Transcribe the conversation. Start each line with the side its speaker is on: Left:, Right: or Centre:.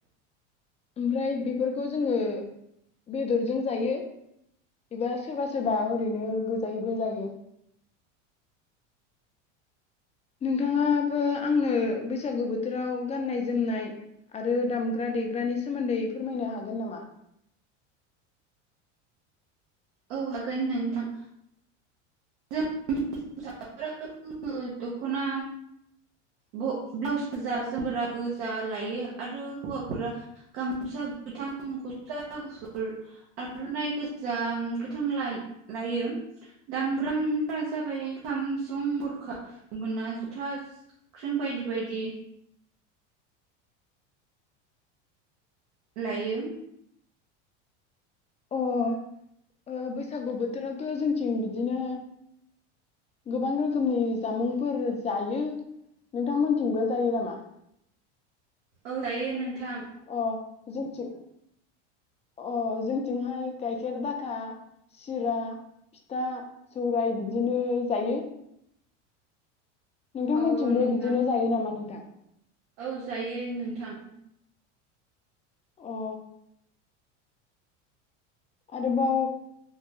Left: ओमफ्राय बेफोरखौ जोंङो बेदरजों जायो एबा सोरबा सोरबा ओरैनो गोजायैबो जायो। नोंथांङाबो आंनो बैसागु बोथोराव गाननाय - जोमनाय आरो दामग्रा - देग्रानि सोमोन्दै फोरमायनो हागोन नामा?
Right: औ हागोन नोंथां जों <unintelligible> दख'ना ब्लाउस गोजा जोमगोरा गोजा लायो आरो हौवाफोरा गामसा गोथां गुसला गुफुर आर'नाइ गोजा गोथां ला लायो दामग्रामफोरा जाबाय - खाम सुं बरखा गना जुथा ख्रों बायदि बायदि। लायो।
Left: अ ओ बैसागु बोथोरावथ' जोंथिं बिदिनो गोबां रोखोमनि जामुंफोर जायो। नोंथांमोनथिंबो जायो नामा?
Right: औ जायो नों थां
Left: अ जोंथिं अ जोंथिंहाय गाइखेर दाखा सिरा फिथा सौराय बिदिनो जायो। नोंथांमोन
Right: औ
Left: थिंबो
Right: नोंथां
Left: बिदिनो जायो नामा? नोंथां
Right: औ जायो नोंथां
Left: अ आरोबाव